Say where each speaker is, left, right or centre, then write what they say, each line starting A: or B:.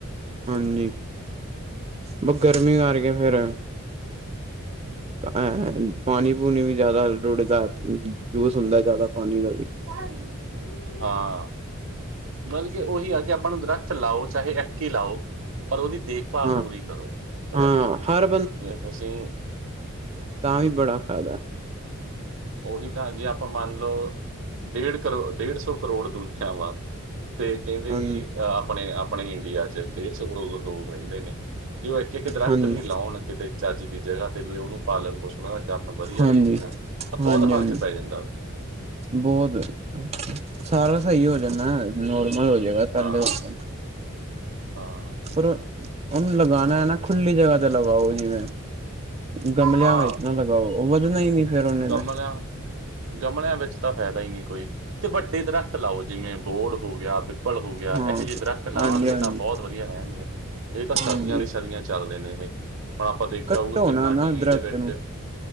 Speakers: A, on the right; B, on the right.
A: ਹਾਂਜੀ, ਬ ਗਰਮੀ ਕਾਰ ਕੇ ਫੇਰ ਐ, ਪਾਨੀ-ਪੂਨੀ ਵੀ ਜਾਦਾ ਰੂੜਦੈ, ਯੂਜ ਹੁੰਦਾ ਜਾਦਾ ਪਾਨੀ ਦਾ ਵੀ।
B: ਹਾਂ। ਮਲਬ ਕਿ ਓਹੀ ਐ ਕਿ ਆਪਾਂ ਨੂੰ ਦਰਖਤ ਲਾਓ ਚਾਹੇ ਐਕੀ ਲਾਓ, ਪਰ ਓਦੀ ਦੇਖ ਭਾਲ਼
A: ਹਾਂ
B: ਪੂਰੀ ਕਰੋ ਦਰਖਤ
A: ਹਾਂ
B: ਦੀ,
A: ਹਰ
B: ਜਿਵੇਂ ਤੁਸੀਂ
A: ਤਾਂਵੀ ਬੜਾ ਫੈਦਾ ਐ।
B: ਓਹੀ ਤਾਂ ਜੇ ਆਪਾਂ ਮੰਨਲੋ ਡੇਢ ਕਰੋੜ, ਡੇਢ ਸੌ ਕਰੋੜ ਦੁਜਾ ਵਾਂ, ਤੇ ਕਹਿੰਦੇ
A: ਹਾਂਜੀ
B: ਕਿ ਅ ਆਪਣੇ -ਆਪਣੇ ਇੰਡੀਆ ਚ' ਡੇਢ ਸੌੋ ਲੋਕ ਰਹਿੰਦੇ ਨੇ, ਜੇ ਉਹ ਇੱਕ ਦਰਖਤ
A: ਹਾਂਜੀ
B: ਵੀ ਲਾਉਣ ਕਿਤੇ ਚੱਜ ਦੀ ਜਗ੍ਹਾ ਤੇ ਵੀ, ਉਹਨੂੰ ਪਾਲਣ- ਪੋਸ਼ਣ ਉਹਦਾ ਕਰਨਨ ਵਧੀਆ
A: ਹਾਂਜੀ
B: ਤਰੀਕੇ ਨਾਲ, ਬਹੁਤ
A: ਹਾਂਜੀ
B: ਫ਼ਰਕ
A: ਹਾਂਜੀ
B: ਪੈ ਜਾਂਦਾ ਵਾ।
A: ਬਹੁਤ, ਸਾਰਾ ਸਹੀ
B: ਹਮ,
A: ਹੋ ਜਾਂਨਾ ਐ, ਨੋਰਮਲ ਹੋ ਜੇਗਾ। ਕਰ
B: ਹਾਂ,
A: ਲਉ। <unintelligible>
B: ਹਾਂ।
A: ਪਰ, ਉਹਨੂੰ ਲਗਾਨਾ ਹੈ ਨਾ, ਖੁੱਲੀ ਜਗ੍ਹਾ। ਲਗਾਓ ਜਿਵੇਂ, ਗਮਲਿਆਂ
B: ਹਾਂ,
A: ਵਿੱਚ ਨਾ ਲਗਾਓ, ਉਹ ਵੱਧਣਾ ਹੀ ਨੀ। ਫੇਰ ਉਹਨੇ
B: ਗਮਲਿਆਂ,
A: ਤੇ
B: ਗਮਲਿਆਂ ਵਿੱਚ ਤਾਂ ਫਾਇਦਾ ਹੀ ਨਹੀਂ ਕੋਈ। ਤੇ ਵੱਡੇ ਦਰੱਖਤ ਲਾਓ ਜਿਵੇਂ, ਬੋਰਡ ਹੋ ਬਹੁਤ ਬਹੁਤ ਬਡੇ ਦਰਖਤ ਲਾਉ, ਜਿਵੇਂ ਬੋੜ ਹੋ ਗਿਆ, ਪਿੱਪਲ ਹੋ ਗਿਆ,
A: ਹਾਂ
B: ਇਹੋ ਜਿਹੇ ਦਰੱਖਤ ਲਾਵਾਂਗੇ
A: ਹਾਂਜੀ ਹਾਂਜੀ
B: ਤਾਂ ਬਹੁਤ ਵਧੀਆ‌ ਰਹਿਣਗੇ। ਇਹ ਤਾਂ, ਸਦੀਆਂ
A: ਹਾਂਜੀ
B: ਵੀ ਸਦੀਆਂ ਚੱਲਦੇ ਨੇ ਬਈ। ਹੁਣ ਆਪਾਂ ਦੇਖਿਆ
A: ਕੱਟੋ
B: ਹੋਊਗਾ, ਕਿੰਨਾ
A: ਨਾ ਨਾ
B: ਟੀ ਵੀ
A: ਦਰਖਤ
B: ਦੇ ਵਿੱਚ,